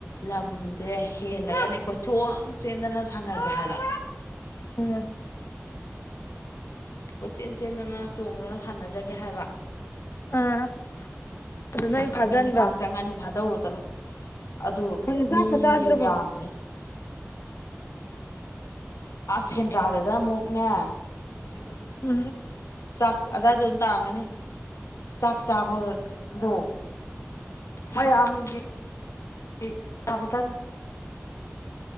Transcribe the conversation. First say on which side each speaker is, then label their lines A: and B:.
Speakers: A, on the left; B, on the left.
A: ꯂꯝꯖꯦ ꯍꯦꯜꯂꯒꯅꯦ ꯀꯣꯏꯆꯣꯡ ꯆꯦꯟꯗꯅ <unintelligible> ꯁꯥꯟꯅꯒꯦ ꯍꯥꯏꯕ
B: <unintelligible>
A: ꯀꯣꯏꯆꯦꯟ ꯆꯦꯟꯗꯅ ꯆꯣꯡꯗꯅ ꯁꯥꯟꯅꯖꯒꯦ ꯍꯥꯏꯕ?
B: ꯑꯥ꯫ ꯑꯗꯨ
A: ꯁꯦ
B: ꯅꯣꯏ
A: ꯀꯥꯡꯒꯟꯁꯦ
B: ꯐꯥꯖꯟꯕ
A: ꯀꯥꯡ ꯆꯪꯉꯅꯤ ꯊꯥꯗꯧꯔꯣ ꯆꯠꯂꯣ ꯑꯗꯨ
B: ꯑꯩꯈꯣꯏ ꯆꯥꯛꯀ
A: ꯃꯤꯁꯨ
B: ꯆꯥꯗ꯭ꯔꯕꯣ
A: ꯌꯥꯝꯕꯅꯤ ꯑꯥ ꯁꯦꯟꯗ꯭ꯔꯥꯗꯗꯥ ꯑꯃꯨꯛꯅꯦ <unintelligible>
B: ꯎꯝ
A: ꯆꯥꯛ ꯑꯗꯥꯏꯗ ꯑꯗꯨꯝ ꯇꯥꯔꯝꯒꯅꯤ ꯆꯥꯛ ꯆꯥꯕ ꯒꯥ ꯗꯣ ꯃꯌꯥꯝꯒꯤ <unintelligible> ꯆꯥꯕꯥ ꯆꯪ